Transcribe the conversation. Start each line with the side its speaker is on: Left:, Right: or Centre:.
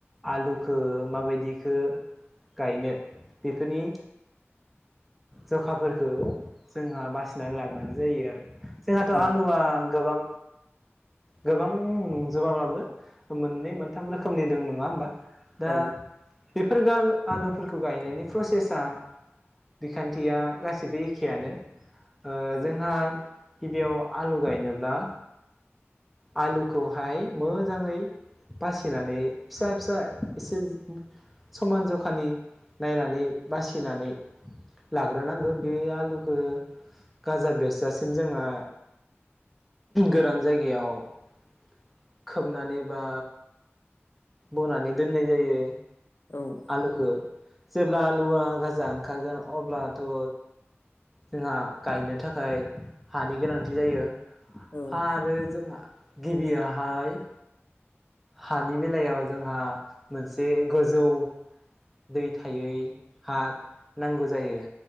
Centre: आलुखौ माबायदिखौ गायनो बेफोरनि जखाफोरखौ जोंहा बासिनानै लाग्रोनाय जायो आरो। जोंहाथ'
Left: औ
Centre: आलुआ गोबां गोबां जोबाब्लाबो मोननै मोनथाम रोखोमनि दं नङा होमबा? दा
Left: औ
Centre: बेफोर आलुफोरखौ गायनायनि प्रसेसा बिखान्थिया गासिबो एखेयानो ओ
Left: औ
Centre: जोंहा गिबियाव आलु गायनोब्ला आलुखौहाय मोजाङै बासिनानै फिसा फिसा एसे समान जखानि नायनानै बासिनानै लाग्रोनांगौ बे आलुखौ गाजा बेरजासिम जोंहा गोरान जायगायाव <inaudible> खोबनानै बा बनानै दोननाय जायो।
Left: औ
Centre: आलुखौ जेब्ला आलुआ गाजा ओंखारगोन अब्लाथ' जोंहा गायनो थाखाय हानि गोनांथि जायो।
Left: औ
Centre: हा आरो जोंहा गिबि आहाय हानि बेलायाव जोंहा मोनसे गोजौ दै थायै हा नांगौ जायो।